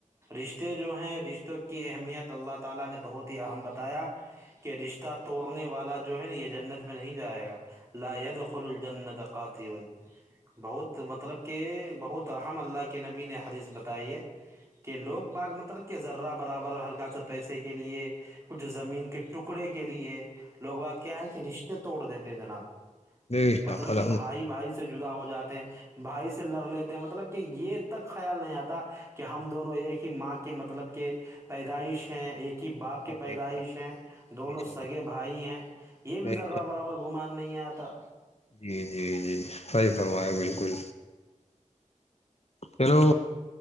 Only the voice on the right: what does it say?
رشتے جو ہیں رشتوں کی اہمیت اللہ تعالی نے بہت ہی اہم بتایا کہ رشتہ توڑنے والا جو ہے نا یہ جنت میں نہیں جائے گا لا د خل الجنت اک قاتون بہت مطلب کہ بہت ام اللہ کے نبی نے حدیث بتائی ہے کہ لوگ باغ مطلب کہ ذرہ برابر ہلکا سا پیسے کے لیے کچھ زمین کے ٹکڑے کے لیے لوگ ب کیا ہے کہ رشتے توڑ دیتے ہیں جناب
مطلب
کہ بھائی بھائی سے جدا ہو جاتے بھائی سے لڑ لیتے مطلب کہ یہ تک خیال نہیں آتا کہ کہ ہم دونوں ایک ہی ماں کے مطلب کے پیدائش ہیں ایک باپ کے پیدائش
ہیں دونوں
سگے بھائی ہیں یہ بھی
ضرا
برابر گھمان نہیں آتا